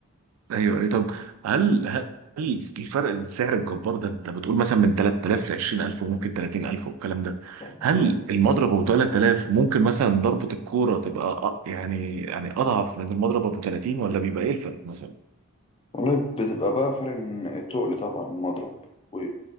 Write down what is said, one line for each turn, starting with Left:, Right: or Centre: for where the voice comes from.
Right: ايوه اي طب هل هل الفرق السعر الجبار ده انت بتقول مثلا من 3000 ل 20000 وممكن 30000 والكلام ده
Left: مم.
Right: هل المضرب ابو 3000 ممكن مثلا ضربة الكوره تبقى أ- يعني يعني اضعف من المضرب ابو 30 ولا بيبقى ايه الفرق مثلا
Left: والله بتبقى بقى فرق إن التقل طبعا المضرب و...